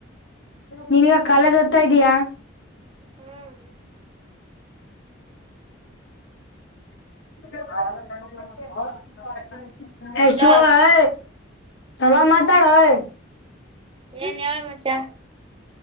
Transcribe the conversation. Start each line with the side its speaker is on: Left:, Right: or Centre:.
Left: ನೀನಿಗ ಕಾಲೇಜ್ ಓದ್ತಾ ಇದ್ದೀಯ.
Right: ಹ್ಮ್
Left: <unintelligible> ಎಶೋ
Right: ಅಲೋ
Left: ಆಯ. ಹಲ್ಲ ಮಾತಾಡ ಓಯ್.
Right: ಏನ್ ಎಳು ಮಚಾ.